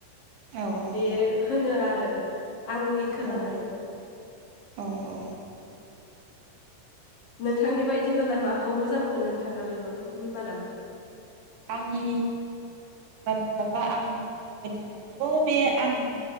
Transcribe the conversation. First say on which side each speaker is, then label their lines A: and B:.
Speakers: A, on the right; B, on the left.
A: औ औ
B: बे होनो आरो आंनि खोनानायाव
A: औ औ औ
B: नोंथांनि बायदिबालाय माखौ मोजां मोनो नोंथाङा बिबारफोरनि मादाव
A: आंनि बादिब्लाबा आं बादिब्लाथ' बे आंनि